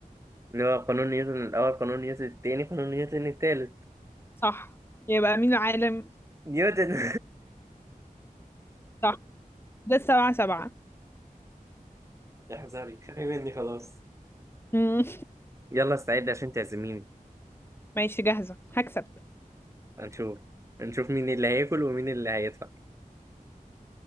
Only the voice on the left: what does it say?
صح يبقى مين العالم
صح ده السبعة سبعة
مم.
ماشي جاهزة هكسب